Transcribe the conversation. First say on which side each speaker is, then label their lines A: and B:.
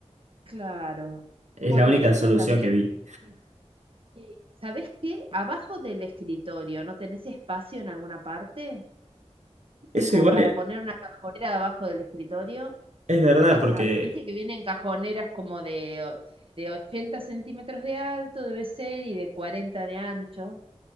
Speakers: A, on the right (about 50°); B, on the right (about 80°).
A: Claro.
B: Es
A: Por
B: la única
A: ejemplo,
B: solución
A: también,
B: que vi.
A: eh, ¿sabés qué? Abajo del escritorio, ¿no tenés espacio en alguna parte?
B: Eso
A: Como
B: igual
A: para
B: e-
A: poner una cajonera abajo del escritorio,
B: es verdad,
A: en alguna
B: porque,
A: parte, viste que vienen cajoneras como de, o- de 80 centímetros de alto, debe ser, y de 40 de ancho,